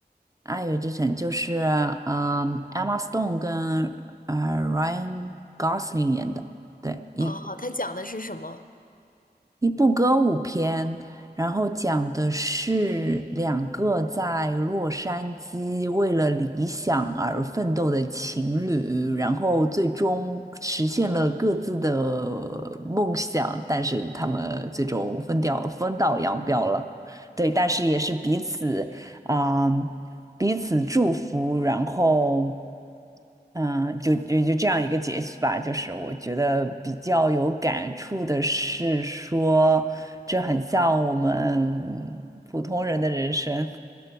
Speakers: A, on the right; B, on the left.
A: 《爱乐之城》就是嗯、呃 Emma Stone 跟呃 Ryan Gosling 演的，对，一
B: 哦，好，它讲的是什么？
A: 一部歌舞片，然后讲的是两个在洛杉矶为了理想而奋斗的情侣，然后最终实现了各自的梦想，但是他们最终分掉，分道扬镳了。对，但是也是彼此啊、彼此祝福，然后。嗯，就就就这样一个解析吧，就是我觉得比较有感触的是说，这很像我们普通人的人生